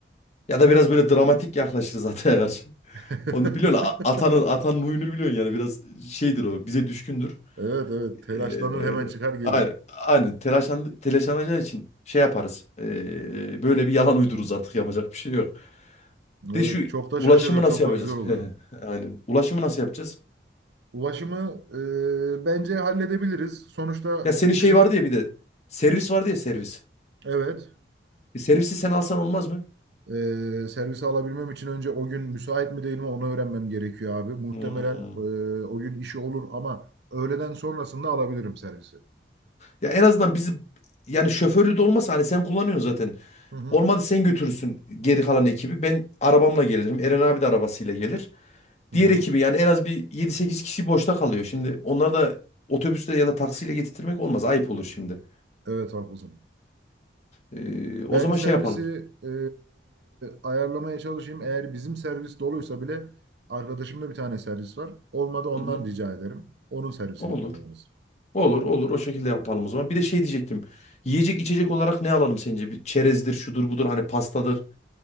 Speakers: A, on the left; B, on the right.
A: Ya da biraz böyle dramatik yaklaşırız <laughs> Atay'a karşı.
B: <laughs>
A: Onu biliyorsun. A- Atanın atanın huyunu biliyorsun yani biraz şeydir o. Bize düşkündür.
B: Evet evet telaşlanır
A: Eee,
B: hemen çıkar gelir.
A: a- aynen telaşlan, telaşlanacağı için şey yaparız. Eee, böyle bir yalan uydururuz artık yapacak bir şey yok.
B: Evet
A: De şu
B: çok da
A: ulaşımı
B: şaşırır
A: nasıl
B: çok
A: yapacağız?
B: da güzel olur.
A: <laughs> Aynen. Ulaşımı nasıl yapacağız?
B: Ulaşımı e, bence halledebiliriz. Sonuçta
A: Ya senin
B: bizim
A: şey vardı ya bir de servis vardı ya servis.
B: evet
A: E, servisi sen alsan olmaz mı?
B: Ee, servise alabilmem için önce o gün müsait mi değil mi onu öğrenmem gerekiyor abi. Muhtemelen
A: Hmm.
B: e, o gün işi olur ama öğleden sonrasında alabilirim servisi.
A: Ya en azından bizi yani şoförlü de olmasa hani sen kullanıyorsun zaten.
B: Hı hı.
A: Olmadı sen götürürsün geri kalan ekibi. Ben arabamla gelirim. Eren abi de arabasıyla gelir.
B: Hı
A: Diğer
B: hı.
A: ekibi yani en az bir yedi sekiz kişi boşta kalıyor. Şimdi onları da otobüsle ya da taksiyle getirtmek olmaz. Ayıp olur şimdi.
B: Evet haklısın.
A: Ee, o
B: Ben
A: zaman
B: servisi
A: şey yapalım.
B: e, ayarlamaya çalışayım. Eğer bizim servis doluysa bile arkadaşımda bir tane servis var. Olmadı ondan
A: Hı hı.
B: rica ederim. Onun servisini
A: Olur.
B: kullanırız.
A: Olur olur o şekilde yapalım o zaman. Bir de şey diyecektim. Yiyecek içecek olarak ne alalım sence? Bir çerezdir, şudur budur hani pastadır.